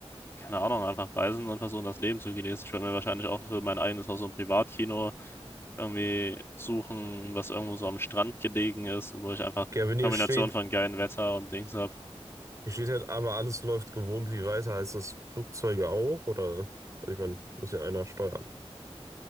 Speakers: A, on the left (about 25°); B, on the right (about 30°).
A: keine Ahnung, einfach reisen und versuchen, das Leben zu genießen. Ich werde mir wahrscheinlich auch für mein eigenes Haus so ein Privatkino irgendwie suchen, was irgendwo so am Strand gelegen ist, wo ich einfach
B: Ja, wenn
A: Kombination
B: hier steht,
A: von geilem Wetter und Dings habe.
B: Hier steht halt, aber alles läuft gewohnt wie weiter. Heißt das Flugzeuge auch? Oder, ich meine, muss ja einer steuern.